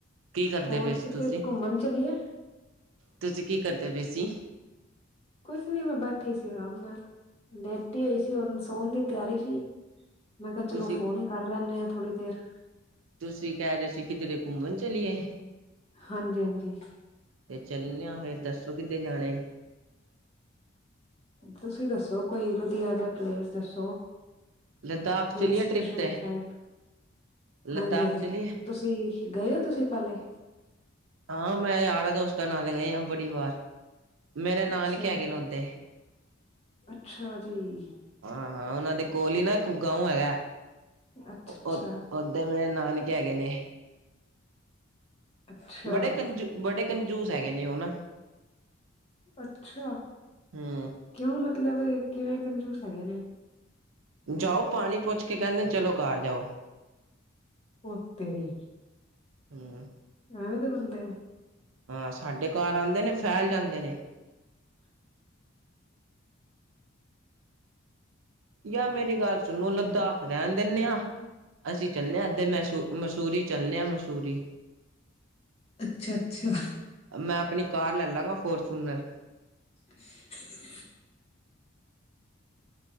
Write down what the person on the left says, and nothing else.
ਹੋਰ
ਕਿਤੇ
ਘੁੰਮਣ ਚਲੀਏ?
ਕੁਛ ਨੀ ਮੈਂ ਬੈਠੀ ਸੀ ਆਰਾਮ ਨਾਲ। ਲੇਟ ਟੀ ਹੋਈ ਸੀ। ਹੁਣ ਸੋਹਣ ਦੀ ਤਿਆਰੀ ਸੀ, ਮੈਂ ਕਿਹਾ ਚਲੋ
ਫੋਨ ਹੀ ਕਰ ਲੈਂਦੇ ਆ ਥੋੜ੍ਹੀ ਦੇਰ।
ਹਾਂਜੀ-ਹਾਂਜੀ।
ਤੁਸੀਂ ਦੱਸੋ? ਕੋਈ ਵਧੀਆ ਜਿਹਾ ਪਲੇਸ ਦੱਸੋ?
ਹਿਲ
ਸਟੇਸ਼ਨ
ਸਾਈਡ,
ਹਾਂਜੀ-ਹਾਂਜੀ।
ਤੁਸੀਂ ਗਏ ਹੋ, ਤੁਸੀਂ ਪਹਿਲੇ?
ਅੱਛਾ
ਅੱਛਾ ਜੀ
ਅੱਛਾ
ਅੱਛਾ
ਅੱਛਾ
ਅੱਛਾ।
ਕਿਉਂ ਮਤਲਬ, ਕਿਵੇਂ ਕਂਜੂਸ ਹੈਗੇ ਨੇ?
ਓ ਤੇਰੀ।
ਐਵੇ ਢੇ ਬੰਦੇ ਨੇ?
ਅੱਛਾ-ਅੱਛਾ।
<inaudible>